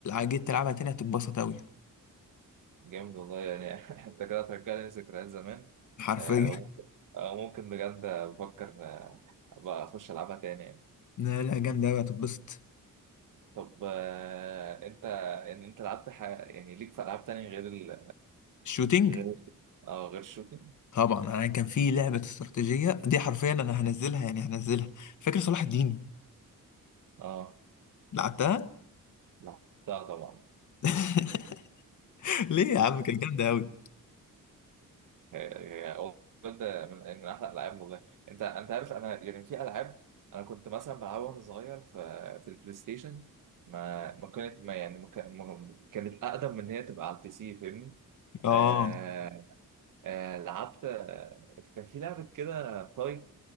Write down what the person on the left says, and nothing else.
جيت تلعبها تاني هتتبسط أوي
حرفيا
لا لا جامدة أوي هتتبسط
الشوتينج
طبعا أنا كان في لعبة استراتيجية دي حرفيا أنا هنزلها يعني هنزلها فاكر صلاح الدين
لعبتها
<laughs> ليه يا عم كانت جامدة أوي
آه